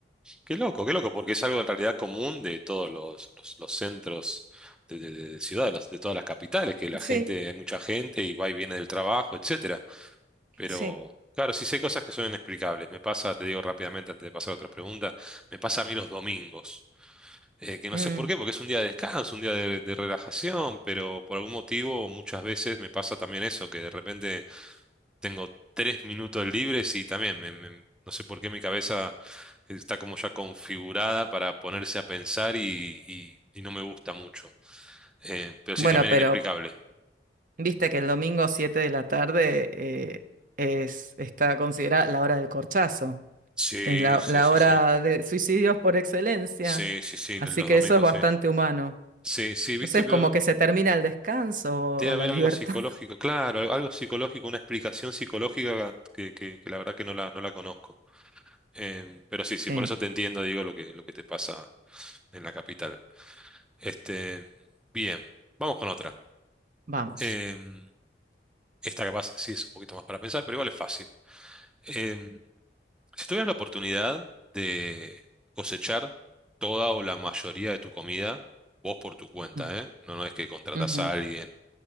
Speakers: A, in the centre; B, on the right.
A: qué loco, qué loco, porque es algo en realidad común de todos los, los, los centros de, de, de ciudad, de, las- de todas las capitales, que la
B: Sí,
A: gente, hay mucha gente y va y viene del trabajo, etcétera Pero,
B: sí.
A: claro, sí sé cosas que son inexplicables. Me pasa, te digo rápidamente antes de pasar a otra pregunta, me pasa a mí los domingos, eh, que no
B: Mm.
A: sé por qué, porque es un día de descanso, un día de, de relajación, pero por algún motivo muchas veces me pasa también eso, que de repente tengo tres minutos libres y también me- me- no sé por qué mi cabeza está como ya configurada para ponerse a pensar y, y- y no me gusta mucho. Eh, pero sí,
B: Bueno,
A: también
B: pero
A: inexplicable.
B: Viste que el domingo 7 de la tarde eh, es, está considerada la hora del corchazo,
A: Sí,
B: es la,
A: sí,
B: la
A: sí,
B: hora
A: sí.
B: de suicidios por excelencia,
A: Sí, sí, sí,
B: así
A: los
B: que
A: domingos
B: eso es bastante
A: sí.
B: humano.
A: Sí, sí, viste,
B: No sé, es
A: pero
B: como que se termina el descanso o,
A: Debe
B: o
A: haber
B: la libertad.
A: algo psicológico,
B: <laughs>
A: claro, al- algo psicológico, una explicación psicológica que, que- que la verdad que no la, no la conozco. Em, pero sí, sí,
B: Sí,
A: por eso te entiendo, digo, lo que, lo que te pasa en la capital. Este, bien, vamos con otra.
B: vamos.
A: Em, esta capaz sí es un poquito más para pensar, pero igual es fácil. Em, si tuvieras la oportunidad de cosechar toda o la mayoría de tu comida, vos por tu cuenta,
B: Mm,
A: ¿eh? No, no es que contratás
B: ujú.
A: a alguien.